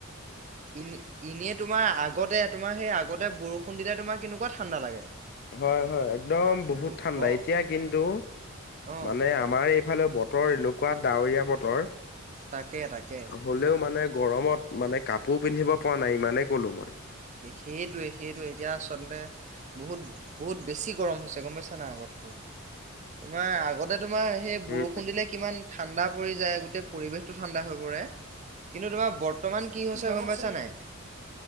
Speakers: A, on the right; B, on the left.
A: ইনে এনে তোমাৰ আগ। আগতে, তোমাৰ সেই আগত। বৰষুণ দিলে। তোমাৰ কেনেকুৱা ঠাণ্ডা লাগে
B: হয় হয়, একদম বহুত
A: ব-
B: ঠাণ্ডা
A: অ
B: এতিয়া কিন্তু
A: অ
B: মানে আমাৰ এই। ইফালে বতৰ এনেকুৱা ডাৱৰীয়া বতৰ।
A: তাকে তাকে
B: হ'লেও মানে গৰমত মানে। কাপোৰ পিন্ধিব পৰা নাই ইমানে। ক'লো মই।
A: সেইটোৱে সেইটোয়ে এতিয়া। আচলতে বহুত। বহুত বেছি গৰম হৈছে গম হৈছে গম পাইছা নাই আগতকৈ তোমাৰ আগতে। তোমাৰ সেই
B: উম,
A: বৰষুণ দিলে কিমান। ঠাণ্ডা পৰি যায় গোটেই পৰিবেশটো ঠাণ্ডা হৈ পৰে কিন্তু তোমাৰ বৰ্তমান কি হৈছে গম পাইছা নাই।